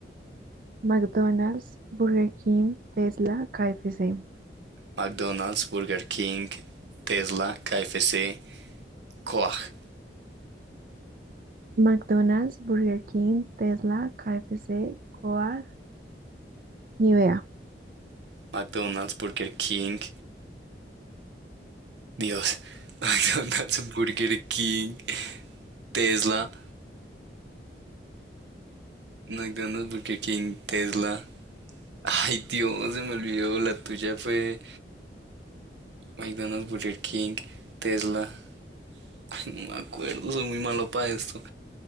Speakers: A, on the right (about 50°); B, on the right (about 80°).
A: McDonald's, Burger King, Tesla, KFC.
B: McDonald's, Burger King, Tesla, KFC, Coag.
A: McDonald's, Burger King, Tesla, KFC, Coag, Nivea.
B: McDonald's, Burger King, Dios, <laughs> McDonald's, Burger King, Tesla, McDonald's, Burger King, Tesla. Ay, Dios, se me olvidó, la tuya fue McDonald's, Burger King, Tesla. Ay, no me acuerdo, soy muy malo para esto.